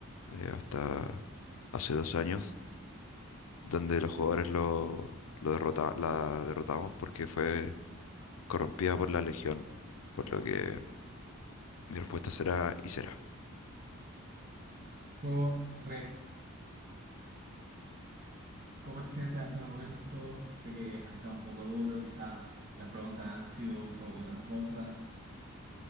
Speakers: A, on the left; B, on the right.
A: eh, hasta hace dos años, donde los jugadores lo, lo derrota- la derrotamos porque fue corrompida por la Legión, por lo que mi respuesta será y será.
B: Correcto. ¿Cómo te sientes hasta el momento? Sé que ha estado un poco duro, quizás las preguntas han sido un poco tramposas.